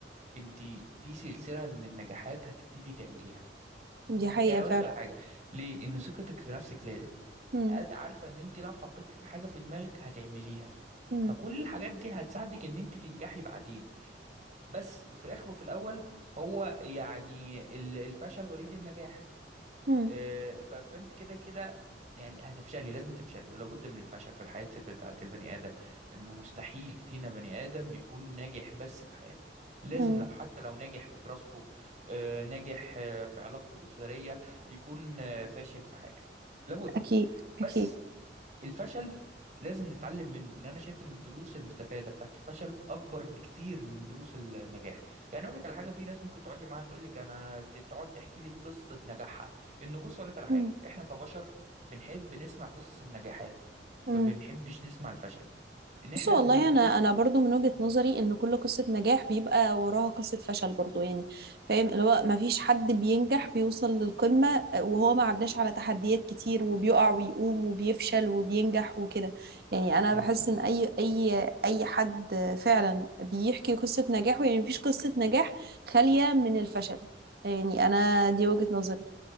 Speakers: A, on the right; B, on the right.
A: انت في سلسلة من النجاحات هتبتدي تعمليها
B: دي حقيقة
A: يعني اقول
B: فعلا
A: لك على حاجة ليه ان ثقتك في نفسك زادت
B: مم.
A: عارفه ان انت لو حطيت في حاجه في دماغك هتعمليها
B: مم.
A: فكل الحاجات دي هتساعدك ان انت تنجحي بعدين بس في الاخر وفي الاول هو يعني ال- الفشل وليد النجاح
B: مم.
A: آه، ف- فانت كده كده يعني هتفشلي لازم تفشلي ولا بد من الفشل في الحياة بتاعة البني آدم انه مستحيل فينا بني آدم بيكون ناجح بس في حياته لازم
B: مم.
A: لو حتى لو ناجح في دراسته آه، ناجح آه، في علاقته الأسرية يكون آه، فاشل في حاجة لابد
B: أكيد
A: بس
B: أكيد
A: الفشل لازم نتعلم منه ان انا شايف ان الدروس المستفاده بتاعت الفشل اكبر بكتير من دروس النجاح يعني اقول لك على حاجه في ناس ممكن تقعدي معاها تقول لك انا ت- تقعد تحكي لي قصه نجاحها انه بص اقول لك على حاجه
B: مم.
A: احنا كبشر بنحب نسمع قصص النجاحات
B: مم.
A: ما بنحبش نسمع الفشل ان احنا
B: بصوا
A: بنحس
B: والله انا انا برضو من وجهة نظري ان كل قصة نجاح بيبقى وراها قصة فشل برضو يعني فاهم اللي هو ما فيش حد بينجح بيوصل للقمة وهو ما عداش على تحديات كتير وبيقع ويقوم وبيفشل وبينجح وكده يعني انا
A: مم.
B: بحس ان اي اي اي حد فعلا بيحكي قصة نجاحه يعني مفيش قصة نجاح خالية من الفشل يعني انا دي وجهة نظري